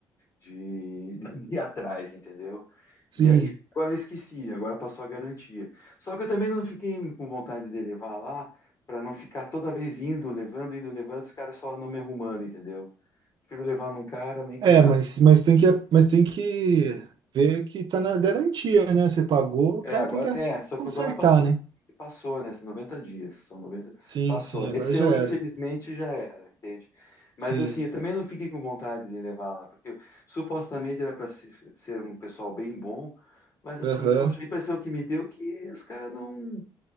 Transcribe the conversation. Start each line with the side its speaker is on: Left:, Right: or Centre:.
Left: de, de ir atrás, entendeu?
Right: Sim.
Left: E, eu- e agora eu esqueci, agora passou a garantia. Só que eu também não fiquei com vontade de levar lá para não ficar toda vez indo, levando, indo, levando, os caras só não me arrumando, entendeu? Prefiro levar num cara, nem que
Right: É,
Left: eu
Right: mas, mas tem que, mas tem que ver que tá na garantia, né? Você pagou, o
Left: É,
Right: cara
Left: agora,
Right: tem que
Left: é, só
Right: consertar,
Left: que agora passou,
Right: né?
Left: passou, né? São 90 dias, são 90,
Right: Sim,
Left: passou.
Right: sim, agora
Left: Esse
Right: já
Left: eu,
Right: era.
Left: infelizmente, já era, entende? Mas
Right: Sim,
Left: assim, eu também não fiquei com vontade de levar lá, porque supostamente era para ser um pessoal bem bom, mas assim,
Right: aham,
Left: poxa, a impressão que me deu é que os caras não,